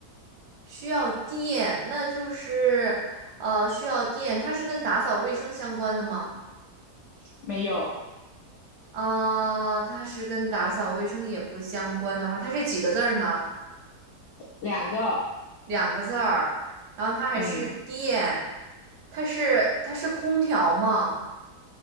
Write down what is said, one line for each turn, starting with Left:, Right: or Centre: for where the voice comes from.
Right: 需要电，那就是呃需要电，它是跟打扫卫生相关的吗？
Left: 没有，
Right: 啊、它是跟打扫卫生也不相关的话，它是几个字儿呢？
Left: 两个，
Right: 两个字儿，然后它还是电，
Left: 嗯，
Right: 它是它是空调吗？